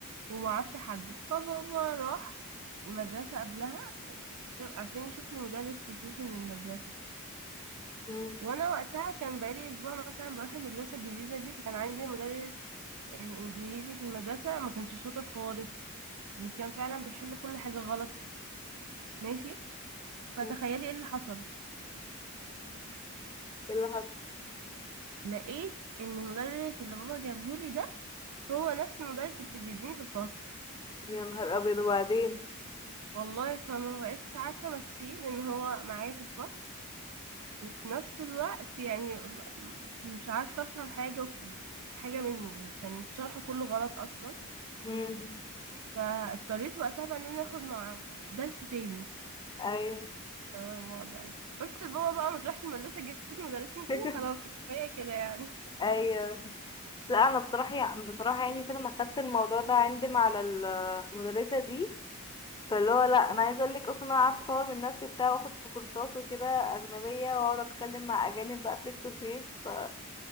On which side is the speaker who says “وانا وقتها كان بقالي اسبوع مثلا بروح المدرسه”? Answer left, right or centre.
Right